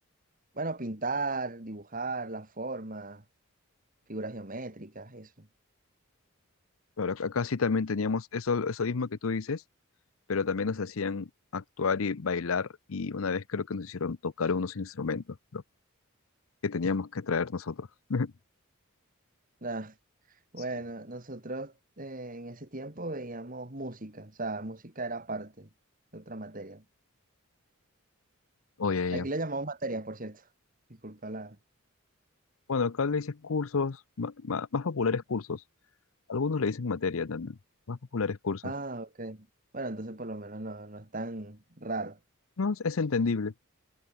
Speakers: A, on the right; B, on the left.
A: bueno, pintar, dibujar, las formas, figuras geométricas, eso.
B: pero ac- acá sí también teníamos eso, eso mismo que tú dices, pero también nos hacían actuar y bailar, y una vez creo que nos hicieron tocar unos instrumentos, ¿no? que teníamos que traer nosotros. <laughs>
A: Nah, bueno,
B: Sí.
A: nosotros eh, en ese tiempo veíamos música, o sea, música era parte de otra materia.
B: Oye,
A: Aquí
B: ya.
A: le llamamos materias, por cierto. Disculpa la...
B: Bueno, acá le dices cursos, ma- ma- más populares cursos. Algunos le dicen materia también, más populares cursos.
A: Ah, ok. Bueno, entonces por lo menos no, no es tan raro.
B: No, es es entendible.